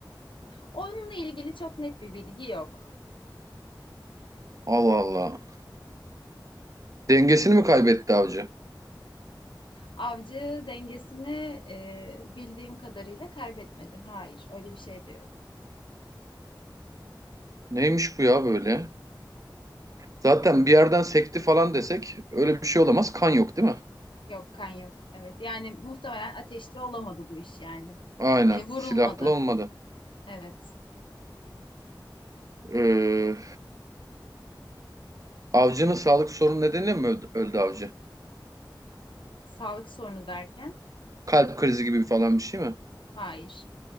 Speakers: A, on the left; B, on the right.
A: Onunla ilgili çok net bir bilgi yok.
B: Allah Allah. Dengesini mi kaybetti avcı?
A: Avcı dengesini e, bildiğim kadarıyla kaybetmedi. Hayır, öyle bir şey de yok.
B: Neymiş bu ya böyle? Zaten bir yerden sekti falan desek öyle bir şey olamaz. Kan yok değil mi?
A: Yok, kan yok. Evet, yani muhtemelen ateşli olamadı bu iş yani.
B: Aynen.
A: Hani vurulmadı.
B: Silahlı olmadı.
A: Evet.
B: Ee, avcının sağlık sorunu nedeniyle mi öldü, öldü avcı?
A: Sağlık sorunu derken
B: Kalp krizi gibi falan bir şey mi?
A: hayır.